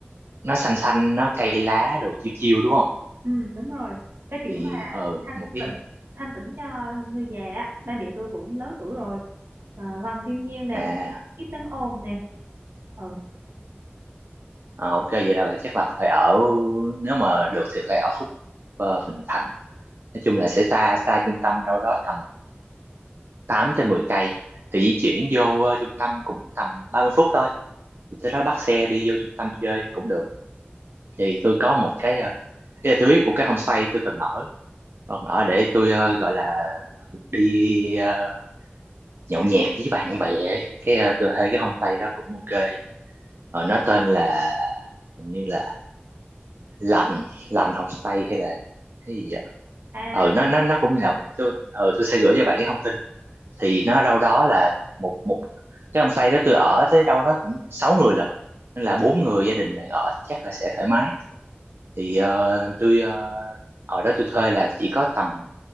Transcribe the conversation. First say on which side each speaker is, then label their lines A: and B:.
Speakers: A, on the right; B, on the right.
A: nó xanh xanh nó cây lá rồi chiêu chiêu đúng không
B: ừ, đúng rồi cái kiểu
A: thì
B: mà
A: ờ
B: thanh
A: một cái
B: tịnh thanh tịnh cho người già á ba mẹ tôi cũng lớn tuổi rồi à, gần thiên nhiên này
A: à,
B: ít tiếng ồn này ừ.
A: à ok vậy là bạn chắc là phải ở nếu mà được thì phải ở khúc ờ, Bình Thạnh nói chung là sẽ xa xa trung tâm đâu đó tầm tám tới mười cây thì di chuyển vô ờ, trung tâm cũng tầm 30 phút thôi thì tới đó bắt xe đi vô trung tâm chơi cũng được thì tôi có một cái ờ, ý là tôi biết một cái homestay tôi từng ở còn ở để tôi ờ, gọi là đi ờ, nhậu nhẹt với bạn bè ấy. cái ờ, tôi thấy cái homestay đó cũng ok Ờ, nó tên là hình như là lành lành homestay hay là cái gì ạ
B: à
A: ừ nó nó nó cũng là một- tôi ừ, tôi sẽ gửi cho bạn cái thông tin thì nó đâu đó là một một cái homestay đó tôi ở tới đâu đó cũng sáu người lận nên là bốn người gia đình bạn ở thì chắc là sẽ thoải mái thì ờ, tôi ờ, ở đó tôi thuê là chỉ có tầm